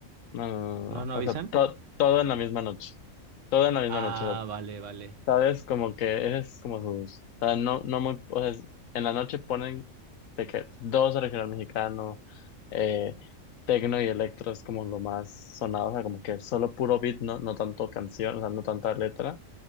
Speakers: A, on the left; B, on the right.
A: no, no, no,
B: ¿No,
A: no. no.
B: no avisan?
A: O sea, to- todo en la misma noche. Todo en la misma
B: Ah,
A: noche. o sea,
B: vale, vale.
A: ¿sabes? Como que ese es como sus. O sea, no, no muy. O sea, es- en la noche ponen de que dos regional mexicano, eh, Tecno y electro es como lo más sonado, o sea, como que solo puro beat, no, no tanto canción, o sea, no tanta letra.